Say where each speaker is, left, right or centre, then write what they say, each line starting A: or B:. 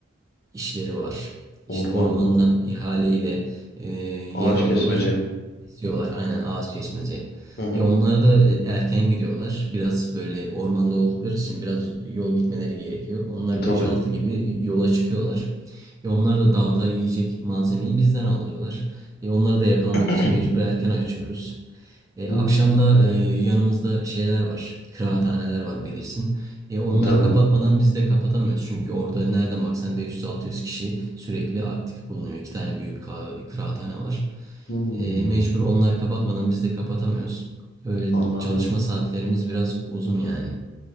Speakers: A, on the right; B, on the left.
A: işleri var.
B: Orman,
A: İşte ormandan ihaleyle e,
B: ağaç
A: yer alıyorlar.
B: kesmece.
A: İstiyorlar aynen ağaç kesmece.
B: Hı hı.
A: E onlar da e, erken gidiyorlar. Biraz böyle ormanda oldukları için biraz yol gitmeleri gerekiyor. Onlar
B: E, Tabii.
A: beş altı gibi yola çıkıyorlar. E onlar da dağda yiyecek malzemeyi bizden alıyorlar. E onları da yakalamak
B: <clears throat>
A: için mecbur erken açıyoruz. E,
B: Hmm,
A: akşamda e, yanımızda şeyler var. Kıraathaneler var bilirsin. E, onlar
B: tabii.
A: kapatmadan biz de kapatamıyoruz. Çünkü orada nereden baksan 500-600 kişi sürekli aktif bulunuyor. İki tane büyük ka- kıraathane var.
B: Hmm,
A: E, mecbur onlar kapatmadan biz de kapatamıyoruz. Öyle
B: anladım.
A: çalışma saatlerimiz biraz uzun yani.